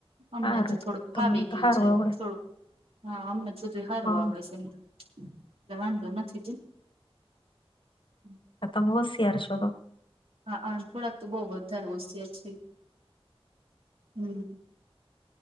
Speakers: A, on the right (about 65°); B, on the left (about 55°).
A: અમને
B: સારું
A: તો થોડુંક
B: તમને
A: ફાવી
B: તો
A: ગયું
B: સારું
A: છે હવે
B: આવડે
A: થોડુંક. હા અમને બધું એ હારું
B: હા
A: આવડે સે. એટલે વાંધો નથી બેન. હમ
B: આ તમે હોશિયાર છો તો.
A: હઆ થોડાક તો બહુ વધારે હોશિયાર છીએ. હમ